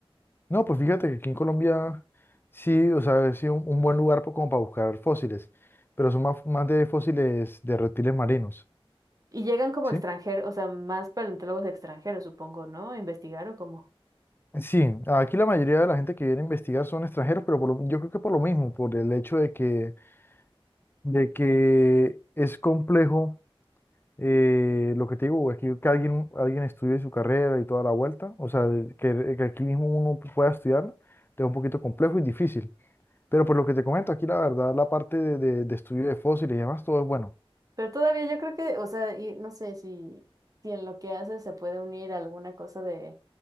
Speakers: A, on the left; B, on the right.
A: No, pues fíjate que aquí en Colombia sí, o sea, es sí un, un buen lugar po- como para buscar fósiles, pero son más, más de fósiles de reptiles marinos,
B: Y llegan como
A: ¿sí?
B: extranjeros, o sea, más paleontólogos extranjeros, supongo, ¿no? A investigar o cómo.
A: Sí, aquí la mayoría de la gente que viene a investigar son extranjeros, pero por lo- yo creo que por lo mismo, por el hecho de que, de que es complejo, eh, lo que te digo, aquí que alguien, alguien estudie su carrera y toda la vuelta, o sea, que, que aquí mismo uno pueda estudiar, es un poquito complejo y difícil. Pero por lo que te comento, aquí la verdad, la parte de, de- de estudio de fósiles y demás, todo es bueno.
B: Pero todavía yo creo que, o sea, y no sé si, si en lo que hace se puede unir alguna cosa de,